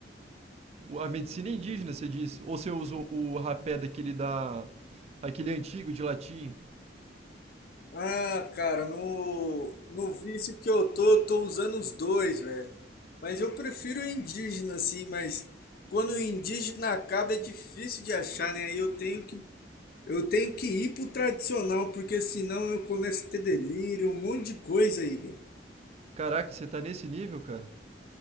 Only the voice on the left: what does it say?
Ah, cara, no, no vício que eu tô, eu tô usando os dois, velho. Mas eu prefiro o indígena, assim, mas quando o indígena acaba é difícil de achar, né? Aí eu tenho que, eu tenho que ir pro tradicional, porque senão eu começo a ter delírio, um monte de coisa, Igor.